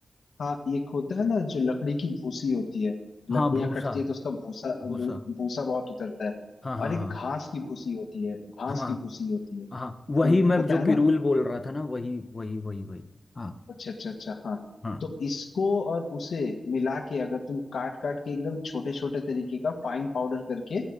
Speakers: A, on the left; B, on the left.
A: हाँ एक होता है ना जो लकड़ी की भूसी होती है
B: हाँ
A: लकड़ियां
B: भूसा
A: कटती हैं तो उसका भूसा भू-
B: भूसा
A: भूसा बहुत उतरता है
B: हाँ हाँ
A: और एक घास की भूसी होती है घास
B: हाँ हाँ
A: की भूसी होती है
B: हाँ वही
A: तो
B: मैं
A: पता
B: जो
A: है
B: पिरूल
A: ना
B: बोल रहा था ना वही वही वही वही हाँ
A: अच्छा अच्छा अच्छा हाँ
B: हाँ
A: तो इसको और उसे मिला के अगर तुम काट काट के एकदम छोटे छोटे तरीके का फाइन पाउडर करके